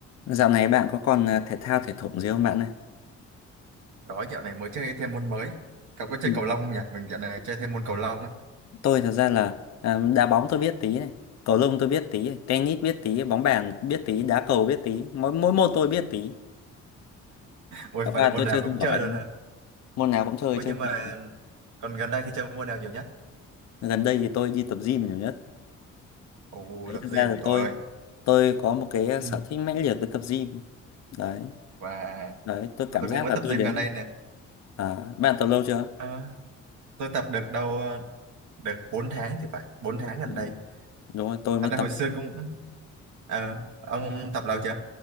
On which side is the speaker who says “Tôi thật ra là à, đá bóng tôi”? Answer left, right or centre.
Left